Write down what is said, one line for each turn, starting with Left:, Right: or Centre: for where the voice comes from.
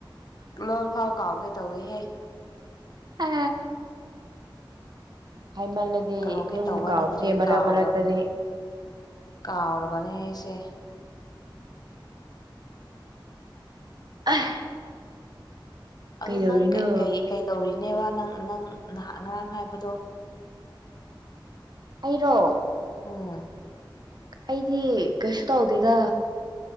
Left: ꯂꯣꯟ ꯐꯥꯎ ꯀꯥꯎꯒꯦ ꯇꯧꯋꯤꯍꯦ
Right: ꯑ ꯍꯥꯏ ꯃꯜ ꯑꯗꯨꯝ
Left: ꯀꯥꯎꯒꯦ ꯇꯧꯕ
Right: ꯀꯥꯎꯕꯗꯦ
Left: ꯅꯠꯇ꯭ꯔꯦ
Right: ꯃꯔꯛ
Left: ꯀꯥꯎꯔꯕꯅꯦ
Right: ꯃꯔꯛꯇꯗꯤ
Left: ꯀꯥꯎꯔꯕꯅꯦ ꯑꯩꯁꯦ
Right: ꯑ
Left: ꯑꯗꯣ
Right: ꯀꯩꯗꯧꯔꯤꯅꯣ
Left: ꯅꯪ ꯀꯩ ꯀꯩ ꯇꯧꯔꯤꯅꯦꯕ ꯅꯪ ꯅꯪ ꯉꯍꯥꯛ ꯉꯔꯥꯡ ꯍꯥꯏꯕꯗꯣ
Right: ꯑꯩꯔꯣ
Left: ꯎꯝ
Right: ꯑꯩꯗꯤ ꯀꯩꯁꯨ ꯇꯧꯗꯦꯗ